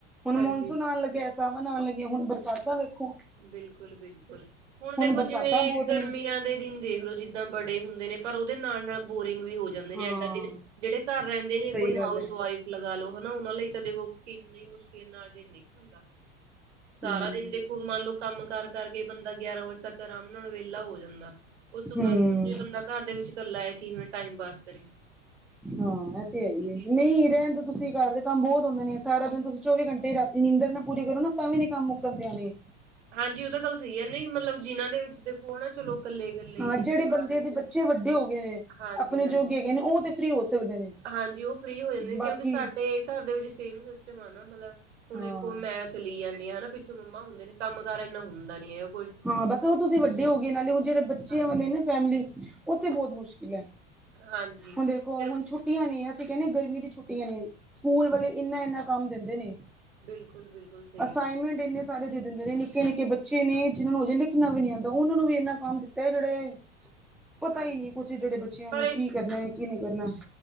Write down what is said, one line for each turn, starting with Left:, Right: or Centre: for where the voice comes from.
Centre: ਹੁਣ
Right: ਹਾਂਜੀ
Centre: ਮੌਨਸੂਨ ਆਣ ਲੱਗਿਆ ਸਾਵਣ ਆਣ ਲਗੀਆਂ ਹੁਣ ਬਰਸਾਤਾਂ ਵੇਖੋ
Right: ਬਿਲਕੁਲ-ਬਿਲਕੁਲ ਹੁਣ ਦੇਖੋ
Centre: ਬਰਸਾਤਾਂ
Right: ਜਿਵੇਂ
Centre: ਬਹੁਤ
Right: ਤੇ ਗਰਮੀਆਂ
Centre: ਨੇ
Right: ਦੇ ਦਿਨ ਦੇਖ ਲੋ ਜਿੱਦਾਂ ਬੜੇ ਹੁੰਦੇ ਨੇ ਪਰ ਉਹਦੇ ਨਾਲ-ਨਾਲ ਬੋਰਿੰਗ ਵੀ ਹੋ ਜਾਂਦੇ ਨੇ
Centre: ਹਾਂ
Right: ਐਡਾ ਜ ਜਿਹੜੇ ਘਰ ਰਹਿੰਦੇ ਨੇ
Centre: ਸਹੀ
Right: ਕੋਈ
Centre: ਗੱਲ
Right: ਹਾਊਸ
Centre: ਹੈ
Right: ਵਈਫ ਲਗਾ ਲੋ ਹਨਾ ਉਹਨਾਂ ਲਈ ਤਾਂ ਦੇਖੋ ਕਿੰਨੀ ਮੁਸ਼ਕਿਲ ਨਾਲ ਜ ਨਿਕਲਦਾ ਸਾਰਾ
Centre: ਹਮ
Right: ਦਿਨ ਦੇਖੋ ਮੰਨ ਲਓ ਕੰਮ ਕਾਰ ਕਰਕੇ ਬੰਦਾ ਗਿਆਰਾਂ ਵਜੇ ਤੱਕ ਆਰਾਮ ਨਾਲ ਵਿਹਲਾ ਹੋ ਜਾਂਦਾ ਉਸ ਤੋਂ ਬਾਅਦ
Centre: ਹਮ
Right: ਹੁਣ ਜੇ ਬੰਦਾ ਘਰ ਦੇ ਵਿੱਚ ਕਰਲਾ ਹੈ ਕਿਵੇਂ ਟਾਈਮ ਪਾਸ ਕਰੇ
Centre: ਹਾਂ ਇਹ ਤੇ ਹੈ ਹੀ
Right: ਚੀਜ਼
Centre: ਹੈ ਨਹੀਂ
Right: ਹੋ ਜਾਂਦੀ।
Centre: ਰਹਿਣਦੇ ਤੁਸੀਂ ਘਰ ਦੇ ਕੰਮ ਬਹੁਤ ਹੁੰਦੇ ਨੇ ਸਾਰਾ ਦਿਨ ਤੁਸੀਂ ਚੌਵੀ ਘਟੇ ਰਾਤੀ ਨੀਦਰ ਨਾ ਪੂਰੇ ਕਰੋ ਨਾ ਤਾਂ ਵੀ ਨੀ ਕੰਮ ਮੁੱਕਣਦੇ ਆਣੇ
Right: ਹਾਂਜੀ ਉਹ ਤਾਂ ਗੱਲ ਸਹੀ ਹੈ ਨਹੀਂ ਮਤਲਬ ਜਿਨਾਂ ਦੇ ਵਿੱਚ ਦੇਖੋ ਹੈ ਨਾ ਚਲੋ ਇਕੱਲੇ -ਕੱਲੇ
Centre: ਹਾਂ
Right: ਹੀ ਨੇ
Centre: ਜਿਹੜੇ
Right: ਪਰਿਵਾਰ
Centre: ਬੰਦੇ
Right: ਵਿੱਚ
Centre: ਦੇ ਬੱਚੇ ਵੱਡੇ ਹੋ ਗਏ ਨੇ
Right: ਹਾਂਜੀ
Centre: ਆਪਣੇ
Right: -ਹਾਂਜੀ।
Centre: ਜੋਗੇ ਹੈਗੇ ਨੇ ਉਹ ਤੇ ਫ੍ਰਰੀ ਹੋ ਸਕਦੇ ਨੇ
Right: ਹਾਂਜੀ ਉਹ ਫ੍ਰਰੀ ਹੋ ਜਾਂਦੇ ਨੇ
Centre: ਬਾਕੀ
Right: ਕਿਉਂਕਿ ਸਾਡੇ ਘਰ ਦੇ ਵਿੱਚ ਸੇਮ ਸਿਸਟਮ ਆ ਨਾ ਮਤਲਬ ਹੁਣ
Centre: ਹਾਂ
Right: ਦੇਖੋ ਮੈਚ ਚਲੀ ਜਾਂਦੀ ਆ ਹਨਾ ਪਿੱਛੋਂ ਮੰਮਾ ਹੁੰਦੇ ਨੇ ਕ ਕੰਮ ਕਾਰ ਇੰਨਾ ਹੁੰਦਾ ਨੀ ਹੈ ਉਹ
Centre: ਹਾਂ ਬਸ ਉਹ ਤੁਸੀਂ ਵੱਡੇ ਹੋ ਗਏ ਨਾਲੇ ਹੁਣ ਜਿਹੜੇ ਬੱਚਿਆਂ
Right: ਹਾਂਜੀ-
Centre: ਵਾਲੇ ਨਾ ਫੈਮਿਲੀ ਉਹਥੇ ਬਹੁਤ ਮੁਸ਼ਕਿਲ ਹੈ।
Right: ਹਾਂਜੀ
Centre: ਹੁਣ ਦੇਖੋ
Right: ਫਿਰ
Centre: ਹੁਣ ਛੁੱ ਛੁੱਟੀਆਂ ਨੇ ਅਸੀਂ ਕਹਿੰਦੇ ਗਰਮੀ ਦੀ ਛੁੱਟੀਆਂ ਨੇ ਸਕੂਲ ਵਾਲੇ ਇੰਨਾ-ਇੰਨਾ ਕੰਮ ਦਿੰਦੇ ਨੇ
Right: ਬਿਲਕੁਲ ਬਿਲਕੁਲ। ਸਹੀ
Centre: ਅਸਾਈਨਮੈਂਟ
Right: ਗੱਲ ਹੈ
Centre: ਇੰਨੇ ਸਾਰੇ ਦੇ ਦਿੰਦੇ ਨੇ ਨਿੱਕੇ ਨਿੱਕੇ ਬੱਚੇ ਨੇ
Right: ਹਾਂ-
Centre: ਜਿਹਨਾਂ ਨੂੰ ਹੋ ਜਾਂ ਲੀਖਣਾ ਵੀ ਨੀ ਆਉਂਦਾ ਉਹਨਾਂ ਨੂੰ ਵੀ ਇੰਨਾਂਨਾ ਕੰਮ ਦਿੱਤਾ ਜਿਹੜੇ ਪਤਾ
Right: ਹਾਂਜੀ।
Centre: ਹੀ ਨਹੀਂ ਕੁਛ ਜਿਹੜੇ ਬੱਚਿਆਂ
Right: ਪਰ
Centre: ਨੂੰ ਕੀ ਕਰਨਾ ਹੈ ਕੀ ਨਹੀਂ ਕਰਨਾ।